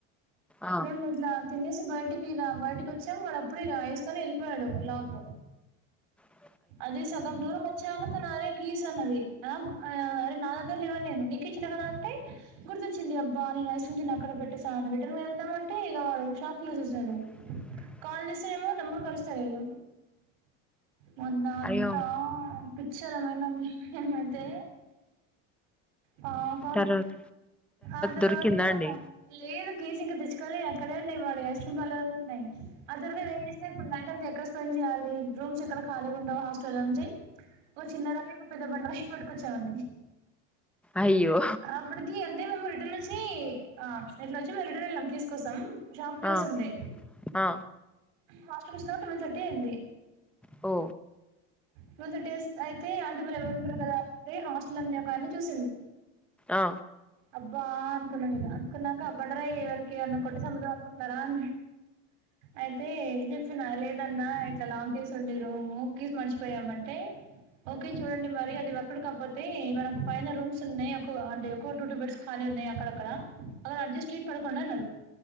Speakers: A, in the centre; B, on the right (about 80°).
A: ఆ
B: మేము ఇలా తినేసి బయటికి ఇలా బయటకి వచ్చాము వాడు అప్పుడు ఇక వేసుకొని వెళ్ళిపోయాడు లాక్
A: ఆ
B: అది సగం దూరం వచ్చాక తను అరే కీస్ అన్నది అరే ఆ నాలు నా దగ్గర లేవు అని నేను నీకు ఇచ్చిన కదా అంతే గుర్తొచ్చింది అబ్బా నేను ఐస్ క్రిమ్ తిన్న అక్కడ పెట్టేసా అని రిటర్న్కి వెళ్దామంటే ఇక వాడు షాప్ క్లోజ్ చేసేశాడు
A: ఆ
B: కాల్ చేస్తే ఎమో నంబర్ కలుస్తాలేదు మొన్న అంత
A: అయ్యో
B: పిచ్చోళమైన నిరు ఏమైతే పాపం
A: తర్వాత
B: ఆ తర్వాత
A: దొరికిందా అండి
B: లేదు కీసు ఇంకా తెచ్చుకోలే అక్కడేన్నాయి వాడి ఐస్క్రీమ్ పార్లర్ లోనే ఉన్నాయి ఆ తర్వాత ఏం చేసినా ఇప్పుడు నైట్ అంత ఎక్కడ స్పెండ్ చేయాలి రూమ్స్ ఎక్కడ ఖాళీగా ఉంటావు హాస్టల్ నుంచి ఒక ఓ చిన్నరాయి ఒక పెద్ద బండరాయి పట్టుకొచ్చామండి
A: అయ్యో
B: ఆప్పడుకి అంటే మేము రిటన్ వచ్చి ఆ ఇట్లా వచ్చి మళ్ళి రిటర్న్ వెళ్ళాం కీస్ త కోసాం షాప్ క్లోజ్
A: ఆ
B: ఉండే
A: ఆ
B: హాస్టల్ కి వచ్చిన తర్వాత ట్వల్వ్ థర్టీ అయింది
A: ఓ
B: ట్వల్ థర్టీ అయితే ఆంట వాళ్ళు ఎవరు ఉంటారు కదా అంటే హాస్టల్ అనే కానీ చూసిండు
A: ఆ
B: అబ్బా అనుకున్నా మీద అనుకున్నాక అ బండరాయి ఎవరికి ఏవన్నా కొట్టి సమ్పుద్దాం అనుకున్నారా అ అయితే చెప్పిన లేదన్నా ఇట్లా లాంగ్ కీస్ ఉండి కీసు మర్చిపోయామంటే ఓకే చూడండి మరి అది వర్క్ అవుట్ కాకపోతే మనం పైన రూమ్స్ ఉన్నాయి అంటే ఒక్క టూ టూ బెడ్స్ ఖాళీ ఉన్నాయి అక్కడక్కడ అలా అడ్జస్ట్ట్ అయి పడుకోండి అన్నారు